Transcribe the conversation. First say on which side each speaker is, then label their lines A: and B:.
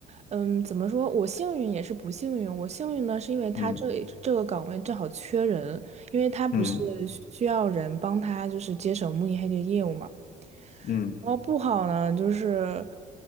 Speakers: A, on the right; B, on the left.
A: 嗯，怎么说？我幸运也是不幸运。我幸运呢，是因为他这这个岗位正好缺人，
B: 嗯
A: 因为他不是需要人帮他就是接手慕尼黑的业务嘛。
B: 嗯嗯
A: 然后不好呢，就是，